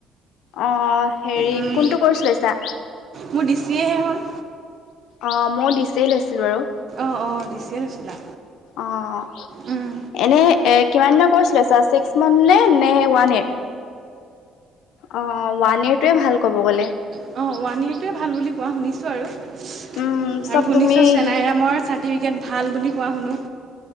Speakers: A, on the left; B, on the right.
A: অ', হেৰি
B: উম,
A: কোনটো কৰিছিলা?
B: মোৰ ডিচিয়েহে হ'ল
A: অ মই ডিছেই লৈছিলো বাৰু
B: অ', অ', দিছে লৈছিলা
A: অ'
B: উম,
A: এনে এ কিমান দিনৰ কৰ্চ লৈছা ছিক্স মান্থ নে নে ওৱান ইয়েৰ? অ' ওৱান ইয়েৰটোৱে ভাল ক'ব গ'লে।
B: <unintelligible> অ', ৱান ইয়েৰোৱে ভাল বুলি কোৱা শুনিছো বাৰু আৰু
A: উম, চব
B: শুনিছোঁ
A: তুমি
B: চেনাইৰামৰ
A: শিক
B: চাৰ্টিফিকেট ভাল বুলি কোৱা শুনো